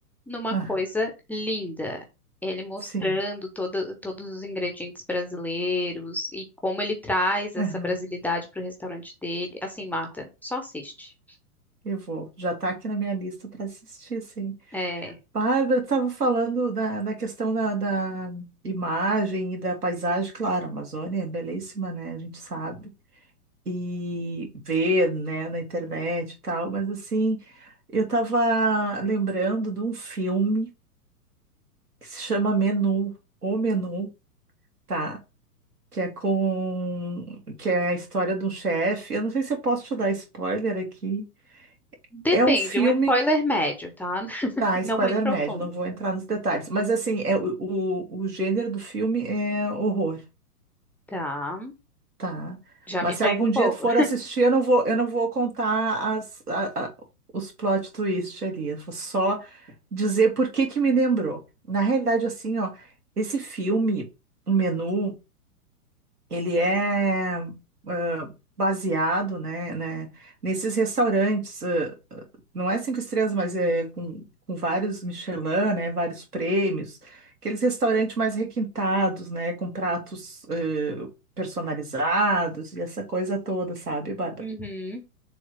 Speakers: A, in the centre; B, on the right.
A: numa
B: ah,
A: coisa linda. Ele mostrando
B: sim.
A: todo- todos os ingredientes brasileiros e como ele traz essa
B: Aham,
A: brasilidade para o restaurante dele. Assim, Marta, só assiste.
B: eu vou. Já tá aqui na minha lista para assistir, sim.
A: É,
B: Bárbara, tu tava falando da, da questão da, da imagem e da paisagem, claro, a Amazônia é belíssima, né? A gente sabe. E ver, né, na internet e tal, mas assim, eu tava lembrando de um filme que se chama Menu, O Menu. tá? que é com que é a história de um chefe. Eu não sei se eu posso te dar spoiler aqui.
A: depende,
B: É um filme,
A: um spoiler médio, tá? <laughs>
B: tá,
A: Não
B: spoiler
A: muito profundo.
B: médio, não vou entrar nos detalhes, mas assim, é o, o, o gênero do filme é horror,
A: Tá.
B: tá?
A: Já
B: Mas
A: me pega
B: se algum
A: um pouco.
B: dia tu for assistir, eu não vou, eu não vou contar as, a- a- os plot twist ali. Eu vou só dizer por que que me lembrou. Na realidade, assim, ó, esse filme, o menu Ele é ah, baseado, né, né, nesses restaurantes, ah, ah, não é cinco estrelas, mas é com, com vários Michelin, né, vários prêmios, aqueles restaurantes mais requintados, né, com pratos ah, personalizados e essa coisa toda, sabe, Bárbara?
A: Uhum.